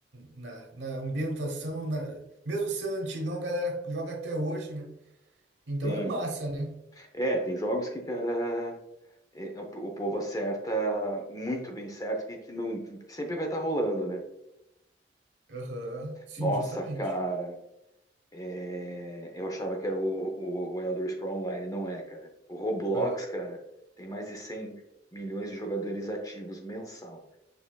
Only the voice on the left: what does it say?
sim.
É, tem jogos que, cara. é, o, o povo acerta muito bem certo, que, que, não, que sempre vai estar rolando, né?
Nossa,
cara. É, eu achava que era o, o, o Elder Scrolls Online, não é, cara. O Roblox,
cara, tem mais de cem milhões de jogadores ativos mensal.